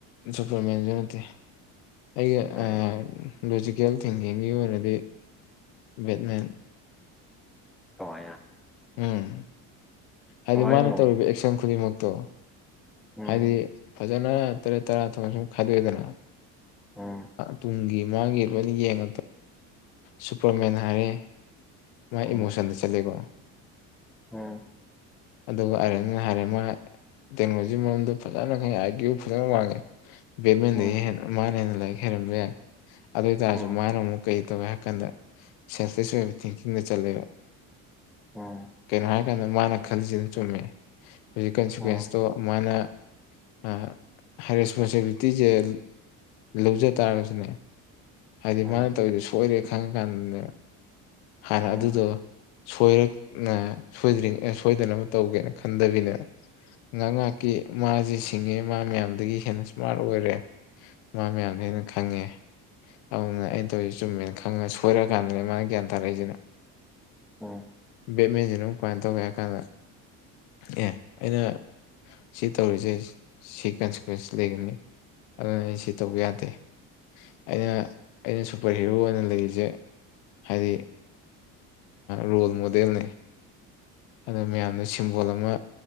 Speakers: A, on the left; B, in the centre.
A: ꯁꯨꯄꯔꯃꯦꯟꯁꯨ ꯅꯠꯇꯦ ꯑꯩꯒꯤ
B: ꯀꯔꯤ
A: ꯑꯥ ꯂꯣꯖꯤꯀꯦꯜ ꯊꯤꯡꯀꯤꯡꯒꯤ ꯑꯣꯏꯅꯗꯤ ꯕꯦꯠꯃꯦꯟ
B: ꯀꯃꯥꯏꯅ
A: ꯎꯝ ꯍꯥꯏꯗꯤ
B: ꯀꯃꯥꯏꯅꯅꯣ
A: ꯃꯥꯅ ꯇꯧꯔꯤꯕ ꯑꯦꯛꯁꯟ ꯈꯨꯗꯤꯡꯃꯛꯇꯣ
B: ꯎꯝ
A: ꯍꯥꯏꯗꯤ ꯐꯖꯅ ꯇꯔꯦꯠ ꯇꯔꯥ ꯊꯣꯛꯅꯁꯨꯝ ꯈꯥꯏꯗꯣꯛꯑꯦꯗꯅ
B: ꯎꯝ
A: ꯇꯨꯡꯒꯤ ꯃꯥꯡꯒꯤ ꯂꯣꯏꯅ ꯌꯦꯡꯉ ꯁꯨꯄꯔꯃꯦꯟ ꯍꯥꯏꯔꯦ ꯃꯥꯥꯏ
B: ꯎꯝ
A: ꯏꯃꯣꯁꯟꯗ ꯆꯂꯦꯒꯣ
B: ꯎꯝ
A: ꯑꯗꯨꯕꯨ ꯑꯥꯏꯔꯅ ꯍꯥꯏꯔꯦ ꯃꯥ ꯇꯦꯛꯅꯣꯂꯣ ꯁꯤ ꯃꯔꯝꯗ ꯐꯖꯅ ꯈ ꯑꯥꯏ ꯀ꯭ꯌꯨ ꯐꯖꯅ ꯋꯥꯡꯉꯦ ꯃꯦꯟ
B: ꯎꯝ
A: ꯂꯩ ꯃꯥꯅꯅ ꯂꯥꯏ ꯈꯦꯔꯝꯕ ꯌꯥꯏ ꯑꯗꯨ ꯑꯣꯏ ꯇꯥꯔꯁꯨ
B: ꯎꯝ
A: ꯃꯥꯅ ꯑꯃꯨꯛ ꯀꯩ ꯇꯧꯒꯦ ꯍꯥꯏ ꯀꯥꯟꯗ ꯁꯦꯟꯁꯁ ꯑꯣꯏꯕ ꯊꯤꯡꯀꯤꯡꯗ ꯆꯠꯂꯦꯕ
B: ꯎꯝ ꯎꯝ
A: ꯀꯩꯅꯣ ꯍꯥꯏꯔꯀꯥꯟꯗ ꯃꯥꯅ ꯈꯜꯂꯤꯁꯤꯅ ꯆꯨꯝꯃꯦ ꯍꯧꯖꯤꯛ ꯀꯟꯁꯤꯀ꯭ꯋꯦꯟꯁꯇꯣ
B: ꯎꯝ
A: <unintelligible> ꯔꯦꯁꯄꯣꯟꯁꯤꯕꯤꯂꯤꯇꯤꯁꯦ ꯂꯧꯖ ꯇꯥꯔꯒꯁꯨꯅꯦ ꯍꯥꯏꯗꯤ
B: ꯎꯝ
A: ꯃꯥꯅ ꯇꯧꯔꯤꯗꯣ ꯁꯣꯏꯔꯦ ꯈꯪꯉꯀꯥꯟꯗꯅꯦ ꯍꯥꯟꯅ
B: ꯎꯝ ꯎꯝ ꯎꯝ
A: ꯑꯗꯨꯗꯣ
B: ꯎꯝ ꯎꯝ ꯎꯝ ꯎꯝ ꯎꯝ ꯎꯝ ꯎꯝ
A: ꯣꯏꯅꯣꯏꯗ꯭ꯔꯤ ꯁꯣꯏꯗꯅꯕ ꯇꯧꯒꯦꯅ ꯈꯟꯗꯕꯤꯅꯦꯅ ꯉꯥꯏꯍꯥꯛ ꯉꯥꯏꯍꯥꯛꯀꯤ ꯃꯥꯁꯤ ꯁꯤꯡꯉꯦ ꯃꯥ ꯃꯌꯥꯝꯗꯒꯤ ꯍꯦꯟꯅ ꯏꯁꯃꯥꯔꯠ ꯑꯣꯏꯔꯦ ꯃꯥ ꯃꯌꯥꯝꯁꯦ ꯑꯩꯅ ꯈꯪꯉꯦ ꯑꯗꯨꯅ ꯑꯩꯅ ꯇꯧꯔꯤꯁꯤꯦ ꯆꯨꯝꯃꯦꯅ ꯈꯪꯉꯁꯨ ꯐꯣꯏꯔ ꯀꯥꯟꯗꯅꯤ ꯃꯥꯅꯒꯤ ꯑꯟ ꯇꯔ ꯂꯩ ꯍꯥꯏꯁꯤꯅꯣ
B: ꯎꯝ
A: ꯕꯦꯠꯃꯤꯟꯇꯟ ꯑꯃ ꯀꯃꯥꯏꯅ ꯇꯧꯒꯦ ꯍꯥꯏ ꯀꯥꯟꯗ ꯑꯦ ꯑꯩꯅ ꯁꯤ ꯇꯧꯔꯤꯁꯦ ꯁꯤ ꯀꯟꯁꯤꯀ꯭ꯋꯦꯟꯁ ꯂꯩꯒꯅꯤ ꯑꯗꯨꯅ ꯑꯩꯅ ꯁꯤ ꯇꯧꯕ ꯌꯥꯗꯦ ꯑꯩꯅ ꯑꯩꯅ ꯁꯨꯄꯔ ꯍꯤꯔꯣ ꯑꯣꯏꯅ ꯂꯩꯔꯤꯁꯦ ꯍꯥꯏꯗꯤ ꯔꯣꯜ ꯃꯣꯗꯦꯜꯅꯦ ꯑꯗꯅ ꯃꯌꯥꯝꯅ ꯁꯤꯝꯕꯣꯜ ꯑꯃ